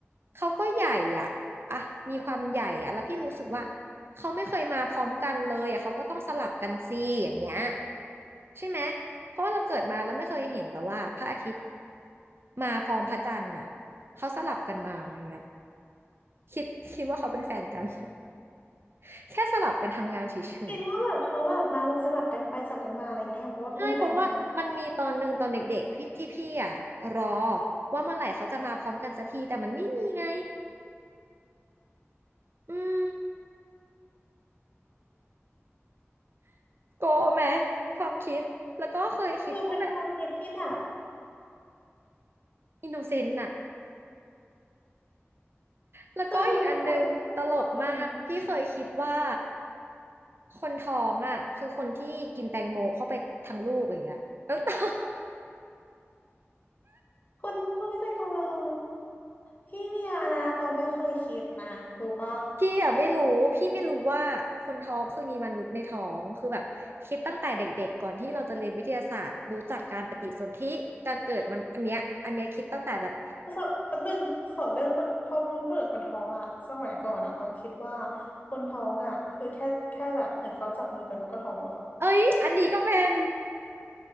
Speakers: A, on the right (about 55°); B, on the left (about 40°).
A: เขาก็ใหญ่อ่ะอ่ะมีความใหญ่อ่ะแล้วพี่รู้สึกว่าเขาไม่เคยมาพร้อมกันเลยอ่ะเขาก็ต้องสลับกันสิอย่างเงี้ยใช่ไหมเพราะว่าเราเกิดมาแล้วไม่เคยเห็นแบบว่าพระอาทิตย์มาพร้อมพระจันทร์น่ะเขาสลับกันมาอย่างเงี้ยคิดคิดว่าเขาเป็นแฟนกัน <laughs> แค่สลับกันทำงานเฉย
B: คิดว่าแบบเขาแบบมาแบบสลับกันไปสลับกันมาอะไรเงี้ยเพราะว่าเขาเป็นแฟนกันเหรอ
A: ใช่เพราะว่ามันมีตอนหนึ่งตอนเด็กๆพี่ที่พี่อ่ะรอว่าเมื่อไหร่เขาจะมาพร้อมกันสักทีแต่มันไม่มีไงอืมโกะไหมความคิดแล้วก็เคยคิดว่าแบบ
B: คือเป็นความคิดที่แบบ
A: อินโนเซนต์น่ะแล้วก็อีกอันหนึงตลกมากพี่เคยคิดว่า
B: คือเป็นความคิดที่แบบน่ารักเกินจริง
A: คนท้องอ่ะคือคนที่กินแตงโมเข้าไปทั้งลูกอย่างเงี้ยแล้วตอน
B: ๆคนทั้งคนที่แต่งตัวแบบเฮพี่เมียอาราโตไม่เคยคิดนะรู้ปะ
A: พี่อะไม่รู้พี่ไม่รู้ว่าคนท้องคือมีมนุษย์ในท้องคือแบบคิดตั้งแต่เด็กๆก่อนที่เราจะเรียนวิทยาศาสตร์รู้จักการปฏิสนธิการเกิดมันอันเนี้ยอันเนี้ยคิดตั้งแต่แบบ
B: ปรกสบคนหนึ่งขอเรื่องคนพอเพื่อนเพื่อนคนท้องอะสมัยก่อนอะตองคิดว่าคนท้องอะคือแค่แค่แบบเหมือนเขาจับมือกันเขาก็ท้องแล้วอะ
A: เอ้ยอันนี้ก็เป็น